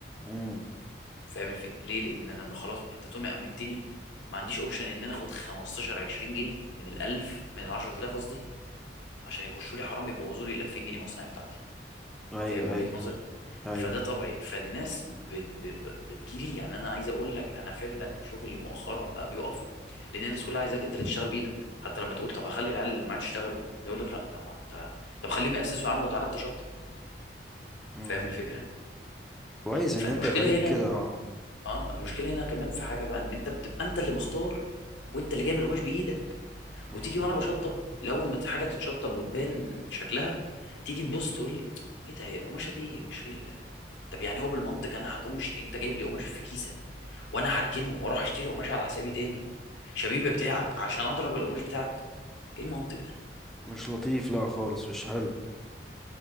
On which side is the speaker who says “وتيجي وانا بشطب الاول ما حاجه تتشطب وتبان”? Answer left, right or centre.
Left